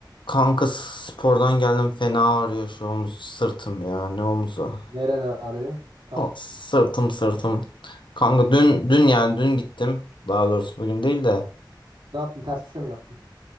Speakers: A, on the left; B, on the right.
A: Kanka spordan geldim fena ağrıyor şu omuz sırtım ya ne omuzu.
B: Neren ağrıyor? Tam.
A: O, sırtım sırtım. Kanka dün dün yani dün gittim. Daha doğrusu bugün değil de.
B: Ne yaptın? Ters bir şey mi yaptın?